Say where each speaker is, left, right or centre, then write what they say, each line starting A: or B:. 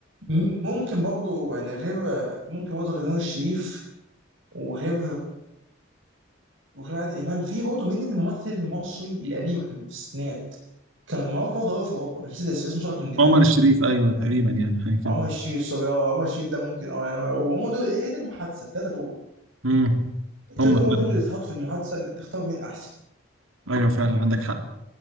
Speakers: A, on the right (about 65°); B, on the right (about 80°).
A: م- ممكن برضه يعني غير ممكن برضه غير نور الشريف وغير وغير عادل امام في برضه مين الممثل المصري القديم في الستينات كان معروف برضه قوي في اوروبا مش نسيت اسمه اسمه سقط من دماغي
B: عمر الشريف ايوه تقريبا يعني حاجه كده
A: عمر الشريف سوري اه عمر الشريف ده ممكن اه يعني هو- هم دول ايه إيه دي المحادثه الثلاثه دول
B: امم
A: الثلاثه
B: هم
A: دول هم
B: فعلا
A: دول اللي اتحطوا في المحادثه اللي تختار مين احسن
B: ايوه فعلا عندك حق